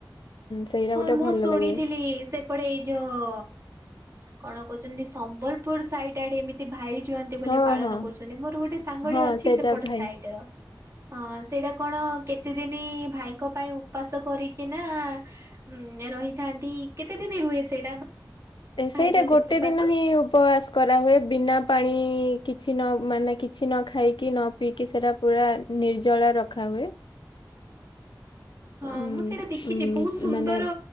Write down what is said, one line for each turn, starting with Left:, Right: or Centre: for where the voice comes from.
Left: ସେଇଟା
Right: ହଁ
Left: ଗୋଟେ
Right: ମୁଁ
Left: ଭଲ
Right: ଶୁଣିଥିଲି
Left: ଲାଗେ
Right: ସେ ପଟେ ଏଇ ଯୋଉ କଣ କହୁଛନ୍ତି ସମ୍ବଲପୁର ସାଇଟଡେ ଏମିତି ଭାଇ ଯୁଅନ୍ତି ବୋଲି
Left: ହଁ
Right: ପାଳନ
Left: ହଁ
Right: କରୁଛନ୍ତି ମୋର ଗୋଟେ ସାଙ୍ଗଡି
Left: ହଁ
Right: ଅଛି
Left: ସେଇଟା
Right: ସେପଟ
Left: ଭାଇ
Right: ସାଇଡ ର ହଁ ସେଇଟା କଣ କେତେ ଦିନ ଭାଇଙ୍କ ପାଇଁ ଉପାସ କରିକି ନା ଉଁ ରହିଥାନ୍ତି କେତେ ଦିନ ରୁହେ ସେଇଟା
Left: ସେଇଟା
Right: ଭାଇ ଜୁଆନ୍ତି
Left: ଗୋଟେ
Right: ଉପାସ?
Left: ଦିନ ହିଁ ଉପବାସ କରାହୁଏ ବିନା ପାଣି କିଛି ନ ମାନେ କିଛି ନ ଖାଇକି ନ ପିଇକି ସେଇଟା ପୁରା ନିର୍ଜଳା ରଖାହୁଏ।
Right: ହଁ
Left: ଉଁ
Right: ମୁଁ ସେଇଟା ଦେଖିଚି
Left: ଉଁ
Right: ବହୁ ସୁନ୍ଦର
Left: ମାନେ